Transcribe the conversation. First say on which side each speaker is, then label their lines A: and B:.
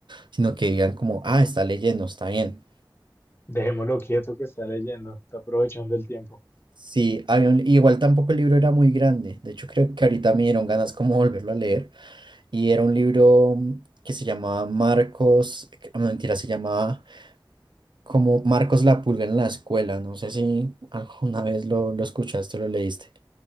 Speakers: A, on the right; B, on the left.
A: sino que digan como, ah, está leyendo, está bien.
B: Dejémoslo quieto que está leyendo, está aprovechando el tiempo.
A: Sí, había un- igual tampoco el libro era muy grande. De hecho, creo que ahorita me dieron ganas como <laughs> volverlo a leer y era un libro que se llamaba Marcos, que- no, mentira, se llamaba como Marcos la pulga en la escuela, no sé si alguna vez lo, lo escuchaste o lo leíste.